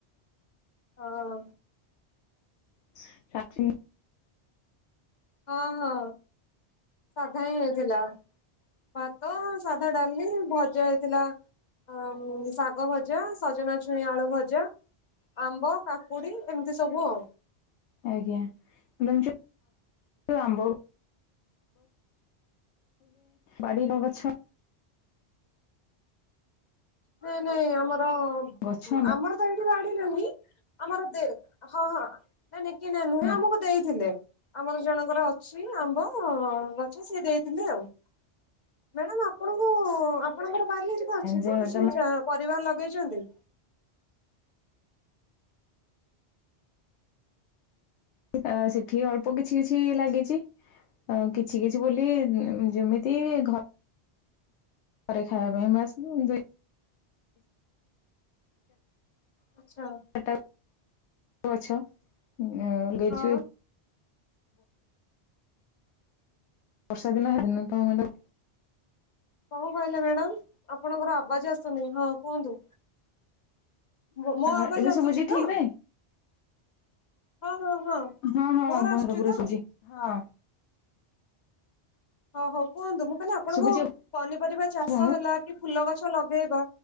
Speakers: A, on the left; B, on the left.
A: ହଁ।
B: <unintelligible>
A: ହଁ ହଁ ସାଧା ହିଁ ହେଇଥିଲା। ଭାତ, ସାଧା ଡାଲି, ଭଜା ହେଇଥିଲା। ହଁ ଶାଗ ଭଜା, ସଜନା ଛୁଇଁ ଆଳୁ ଭଜା। ଆମ୍ବ, କାକୁଡି ଏମିତି ସବୁ ଆଉ।
B: ଆଜ୍ଞା ମ୍ୟାମ୍ ଯୋଉ <unintelligible> ବାଡ଼ିର ଗଛ।
A: ସେ ନାଇଁ ଆମର,
B: ଗଛ ଆମ
A: ଆମର ତ ଏଇଠି ଗାଡି ନାହିଁ ଆମର ଦେର୍ ହଁ ହଁ, ନାଇଁ ନାଇଁ କିଣା ନୁହେଁ
B: ହଁ।
A: ଆମକୁ ଦେଇଥିଲେ। ଆମର ଜଣଙ୍କର ଅଛି ଆମ୍ବ ଗଛ ସିଏ ଦେଇଥିଲେ ଆଉ। ମ୍ୟାଡାମ୍ ଆପଣଙ୍କୁ ଆପଣଙ୍କର ବାଡ଼ି ହେରିକା ଅଛି
B: ଯେ
A: ତ, କିଛି
B: ତମେ
A: ଚାଁ ପରିବା ଲଗେଇଛନ୍ତି?
B: ଆଁ ସେଠି ଅଳ୍ପ କିଛି କିଛି ଲାଗିଛି। ଅ କିଛି କିଛି ବୋଲି ଯେମିତି ଘ ପରେ ଖାଇବା ପାଇଁ ଆମେ ଆସିଲୁ ଦୁଇ
A: ଗଛ।
B: ଚାରିଟା <unintelligible> ଗଛ ଅଁ ଲେଗେଇଛୁ
A: ହଁ
B: ବର୍ଷା ଦିନ, ହେଦିନ ତ ମାଡ଼ମ୍
A: କଣ କହିଲେ ମ୍ୟାଡାମ୍ ଆପଣଙ୍କର ଆବାଜେ ଆସୁନି ହଁ କୁହନ୍ତୁ ମୋ
B: ଆଉ
A: ଆବାଜେ
B: ଏବେ
A: ଆସୁଛି
B: ଶୁଭୁଛି
A: ତ
B: ଠିକ୍ ରେ?
A: ହଁ ହଁ ହଁ
B: ହଁ ହଁ
A: ମୋର
B: ପର ପରେ
A: ତ?
B: ଆସୁଛି ହଁ
A: ଓ ହଉ କୁହନ୍ତୁ ମୁଁ କହିଲି ଆପଣଙ୍କୁ
B: ଶୁଭୁଛି
A: ପନିପରିବା ଚାଷ
B: ଆପଣଙ୍କୁ?
A: ହେଲା କି ଫୁଲ ଗଛ ଲଗେଇବା